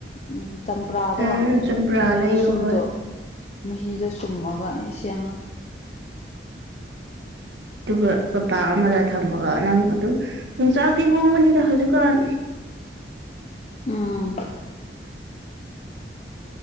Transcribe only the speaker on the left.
ꯎꯝ ꯆꯝꯄ꯭ꯔꯥꯗꯣ
ꯁꯨꯝꯗꯣꯛ
ꯃꯍꯤꯗꯣ ꯁꯨꯝꯑꯒ ꯑꯩꯁꯦ ꯑꯃ
ꯎꯝ